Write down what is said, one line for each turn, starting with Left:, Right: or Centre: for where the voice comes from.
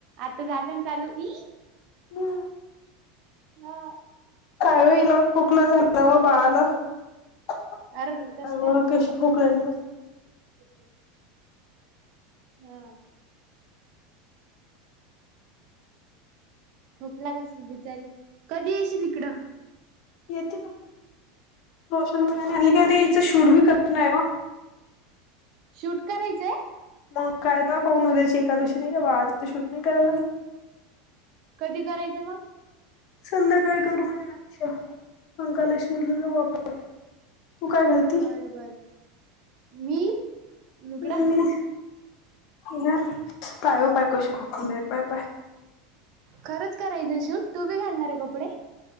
Right: आता झालं ना चालू ई.
Left: हम्
Right: हो.
Left: कावीळ खोकला झालता हो बाळाला. अ
Right: अर कस
Left: कशी खोकलाल बघ.
Right: ते <unintelligible> हा खोकला कस बिचारी कधी येशील इकडं.
Left: येते ना मी, रोशनबाई आणली काय इचं शूट बी कर नाही बा.
Right: शूट करायचंय.
Left: मग काय, तर पाहन उद्याची एकादशी नाही का? बाळाच आज शूटिंग करायला लाग.
Right: कधी करायचं मग.
Left: संध्याकाळी करू म्हणे, आयुष्य पंकालेश्वरला जाऊ आपण. तू काय घालती
Right: बर-बर, मी. लुगडा
Left: ह ह तयो पय कैस खक पय पय <inaudible>
Right: खरंच करायचं शूट, तू बी घालणार आहे कपडे.